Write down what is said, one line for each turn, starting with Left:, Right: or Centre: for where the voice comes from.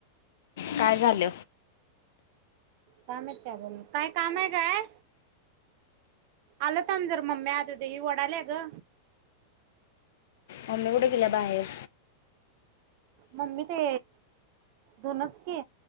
Left: काय झाल
Right: काम आहेत त्या बोलून काय काम आहे काय आल काम जर मम्मी आता देही वडाल्या ग
Left: ममी कड केला बाहेर
Right: ममी ते दोनच के